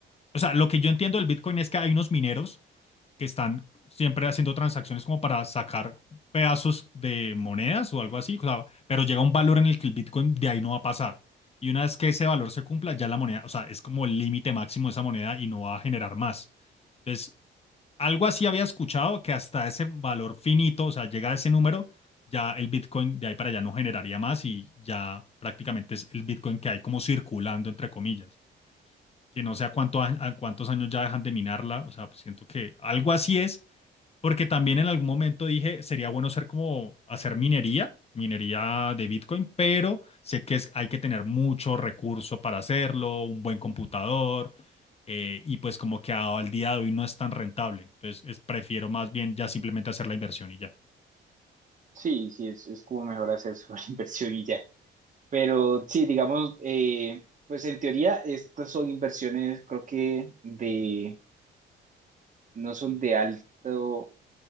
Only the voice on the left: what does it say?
o sea, lo que yo entiendo del Bitcoin es que hay unos mineros que están siempre haciendo transacciones como para sacar pedazos de monedas o algo así, o sea, pero llega un valor en el que el Bitcoin de ahí no va a pasar. Y una vez que ese valor se cumpla, ya la moneda, o sea, es como el límite máximo de esa moneda y no va a generar más. Entonces, algo así había escuchado que hasta ese valor finito, o sea, llega a ese número, ya el Bitcoin de ahí para allá no generaría más y ya prácticamente es el Bitcoin que hay como circulando, entre comillas que no sé a, cuánto, a cuántos años ya dejan de minarla, o sea, pues siento que algo así es, porque también en algún momento dije, sería bueno ser como hacer minería, minería de Bitcoin, pero sé que es, hay que tener mucho recurso para hacerlo, un buen computador, eh, y pues como que a- al día de hoy no es tan rentable, entonces es- prefiero más bien ya simplemente hacer la inversión y ya.